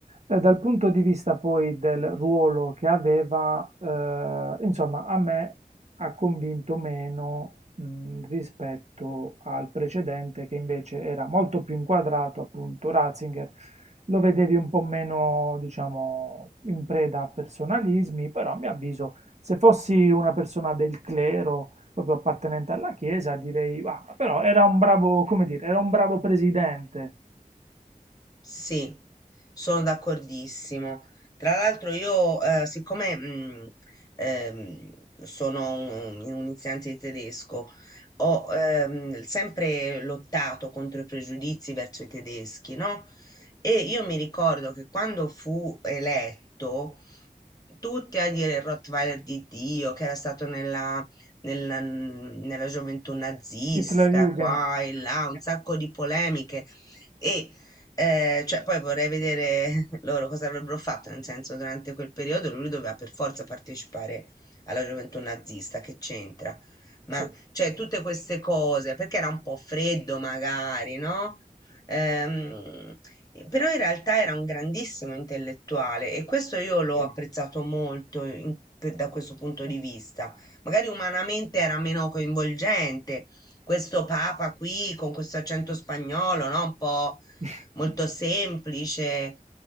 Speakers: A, on the right; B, on the left.
A: eh, dal punto di vista poi del ruolo che aveva, eh, insomma, a me ha convinto meno, mh, rispetto al precedente che invece era molto più inquadrato, appunto, Ratzinger lo vedevi un po' meno, diciamo, in preda a personalismi, però a mio avviso, se fossi una persona del clero, proprio appartenente alla Chiesa, direi, "Ah, però era un bravo, come dire, era un bravo presidente.
B: Sì, sono d'accordissimo. Tra l'altro io, eh, siccome mh, ehm, sono un, un insegnante di tedesco, ho ehm, sempre lottato contro i pregiudizi verso i tedeschi, no? E io mi ricordo che quando fu eletto, tutti a dire il Rottweiler di Dio, che era stato nella, nella, nella gioventù nazista,
A: Sì, era un bravo Hitlerjugend,
B: qua e là, un sacco di polemiche. E eh, cioè, poi vorrei vedere <laughs> loro cosa avrebbero fatto, nel senso, durante quel periodo lui doveva per forza partecipare alla gioventù nazista, che c'entra? Ma,
A: sì,
B: cioè, tutte queste cose, perché era un po' freddo magari, no? Ehm, però in realtà era un grandissimo intellettuale e questo io l'ho
A: sì.
B: apprezzato molto in- per- da questo punto di vista. Magari umanamente era meno coinvolgente, questo papa qui con questo accento spagnolo, no? Un po'
A: <laughs>
B: molto semplice,